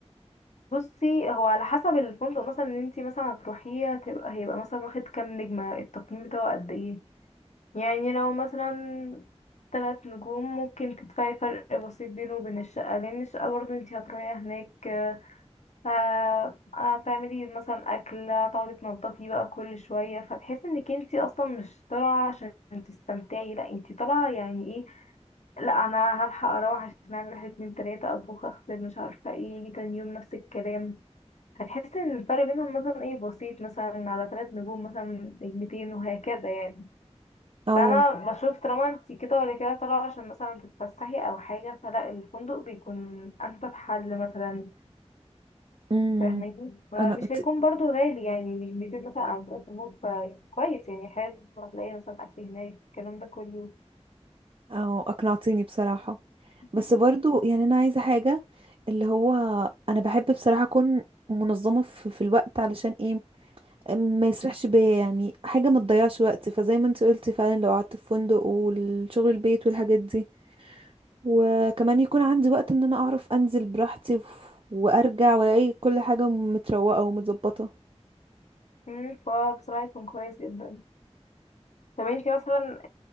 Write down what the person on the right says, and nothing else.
او
امم
انا انت
او اقنعتيني بصراحة بس
برضو يعني انا عايزة حاجة اللي هو انا بحب بصراحة اكون منظمة في, في الوقت علشان ايه ما يسرحش بيا يعني حاجة ما تضيعش وقت فزي ما انت قلتي فعلا لو قعدت في فندق والشغل البيت والحاجات دي وكمان يكون عندي وقت ان انا اعرف انزل براحتي وف- وارجع والاقي كل حاجة متروقة ومتظبطة